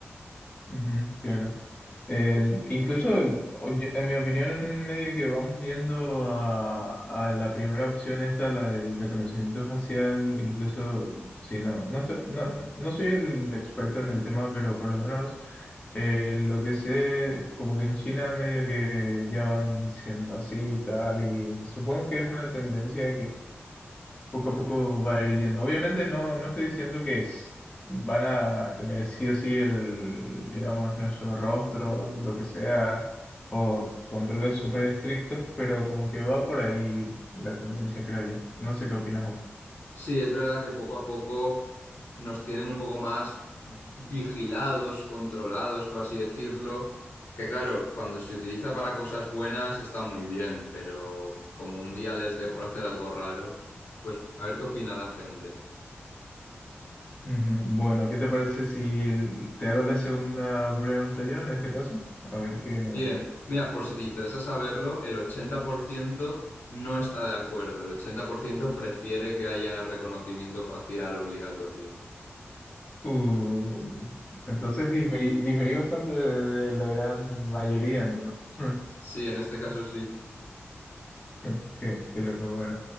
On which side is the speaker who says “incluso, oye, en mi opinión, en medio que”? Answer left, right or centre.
Left